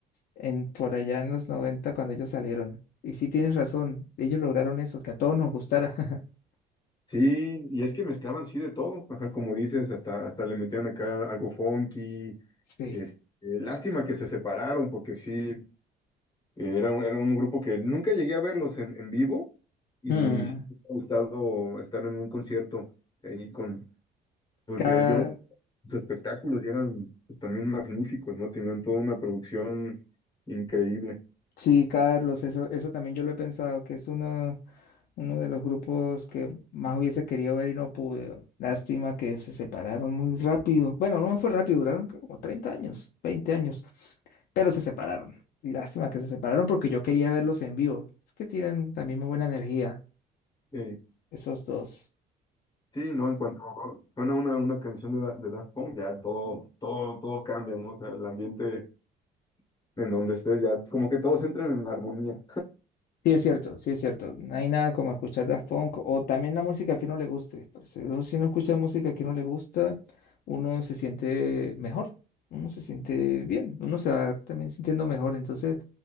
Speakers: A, on the left (about 65°); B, on the left (about 25°).
A: en por allá en los 90 cuando ellos salieron. Y sí tienes razón, ellos lograron eso, que a todos nos gustara. <laughs>
B: Sí, y es que mezclaban sí de todo, ajá, como dices, hasta, hasta le metían acá algo funky,
A: Sí.
B: este, lástima que se separaron, porque sí, era, un- era un grupo que nunca llegué a verlos en, en vivo, y
A: Hmm.
B: sí me ha gustado estar en un concierto ahí con, porque
A: Cada,
B: yo sus espectáculos y eran pues, también magníficos, ¿no? Tenían toda una producción increíble.
A: Sí, Carlos, eso, eso también yo lo he pensado, que es uno, uno de los grupos que más hubiese querido ver y no pude. Lástima que se separaron muy rápido. Bueno, no fue rápido, duraron creo como 30 años, 20 años, pero se separaron. Y lástima que se separaron porque yo quería verlos en vivo. Es que tienen también muy buena energía,
B: Eh,
A: esos dos.
B: sí, ¿no? En cuanto suena una, una canción de, Da- de Daft Punk, ya todo, todo, todo cambia, ¿no? O sea, el ambiente en donde estés ya, como que todos entran en armonía.
A: Sí, es cierto, sí, es cierto. No hay nada como escuchar Daft Punk o también la música que no le guste. parce. Uno, si uno escucha música que no le gusta, uno se siente mejor, uno se siente bien, uno se va también sintiendo mejor. Entonces,